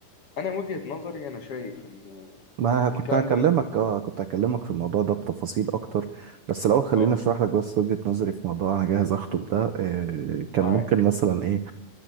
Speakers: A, on the left (about 50°); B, on the right (about 65°).
A: انا من وجهة نظري انا شايف ان
B: ما كنت
A: الكلام
B: هكلمك
A: ده ممكن
B: اه كنت هكلمك في الموضوع ده بتفاصيل اكتر بس الاول خليني
A: اه
B: اشرح لك بس وجهة نظري في موضوع
A: قول
B: انا جاهز اخطب
A: قول
B: ده آه، كان
A: معاك
B: ممكن مثلا ايه